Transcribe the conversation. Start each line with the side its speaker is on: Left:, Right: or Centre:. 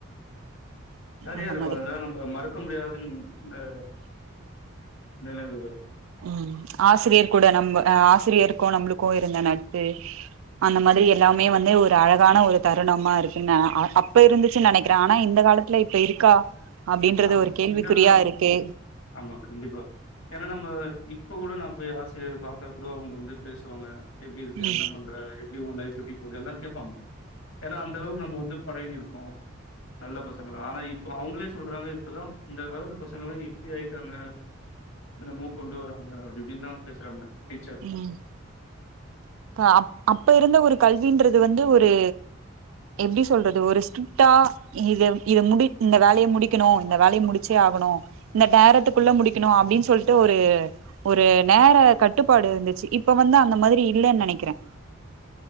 Left: சரியா
Right: அந்த
Left: இருக்கும்
Right: மாதிரி
Left: அதால நம்ம மறுக்க முடியாதுன்னு நினைவுகள்
Right: உம் ஆசிரியர் கூட நம்ம ஆசிரியருக்கும் நம்மளுக்கும் இருந்த நட்பு அந்த மாதிரி எல்லாமே வந்து ஒரு அழகான ஒரு தருணமா இருக்குன்னு அப்ப இருந்துச்சு நினைக்கிறே ஆனா இந்த காலத்து இல்ல இப்ப இருக்கா அப்படின்றது
Left: ஆ
Right: ஒரு கேள்விக்குறியா
Left: இந்த கால
Right: இருக்கு
Left: ஆமா கண்டிப்பா ஏன்னா நம்ம இப்ப கூட நா போய் ஆசிரியர் பார்த்தா கூட அவங்க வந்து பேசுவாங்க எப்படி இருக்கு
Right: ம்
Left: என்ன பண்ற எப்படி உ லைப் எப்படி போகுது எல்லாம் கேட்பாங்க ஏன்னா அந்த அளவுக்கு நம்ம வந்து பழகிருப்போ நல்ல பசங்களா ஆனா இப்ப அவங்களே சொல்றாங்க இப்பதா இந்த காலத்து பசங்க எல்லா எப்படி ஆயிட்டாங்க என்னேமே கொண்டு வராங்க அப்படிப்படிலா பேசுறாங்க டீச்சர்
Right: உம் அ அப்ப இருந்த ஒரு கல்வின்றது வந்து ஒரு எப்படி சொல்றது ஒரு ஸ்ரிட்டா இது இது முடி இந்த வேலையை முடிக்கணும் இந்த வேலையை முடிச்சே ஆகணு இந்த டேரத்துக்குள்ள முடிக்கணும் அப்படின்னு சொல்லிட்டு ஒரு ஒரு நேர கட்டுப்பாடு இருந்துச்சு இப்ப வந்து அந்த மாதிரி இல்லன்னு நினைக்கிறேன்